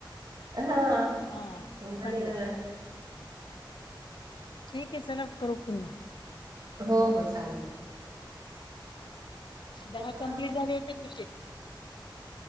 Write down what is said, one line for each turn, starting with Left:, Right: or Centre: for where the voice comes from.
Right: हा
Left: हा
Right: मालेगावला
Left: चांगलंय. ठीक आहे चला करू पुन्हा
Right: हो हो चालेल. <unintelligible>
Left: दहा
Right: हा
Left: कंप्लीट झाले होते तुझे